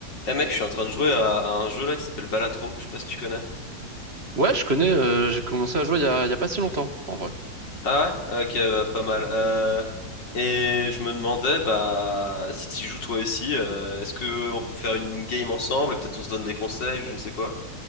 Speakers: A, on the left; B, on the right.
A: Eh mec, je suis en train de jouer à, à un jeu là qui s'appelle Balatro, je sais pas si tu connais.
B: Ouais, je connais, euh, j'ai commencé à jouer il y a, il y a pas si longtemps, en vrai.
A: Ah ouais? Ok, bah, pas mal. Euh, et je me demandais, bah, si tu joues toi aussi, euh, est-ce que on peut faire une game ensemble et peut-être on se donne des conseils ou je ne sais quoi?